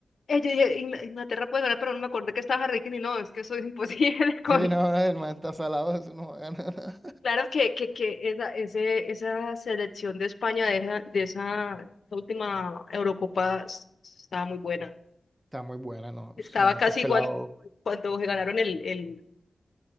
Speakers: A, on the left; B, on the right.
A: eh, yo dije, "Ingla- Inglaterra puede ganar, pero no me acordé que estaba Harry Kane y no, es que eso es imposible <laughs> con...
B: Sí, no, el man está salado, eso no gana <laughs> nada.
A: Claro que, que, que esa, ese, esa selección de España de esa, de esa última Eurocopa s- estaba muy buena.
B: Está muy buena, ¿no?
A: Estaba
B: Sí, mu-
A: casi
B: Esos pelados,
A: igual cuando se ganaron el, el,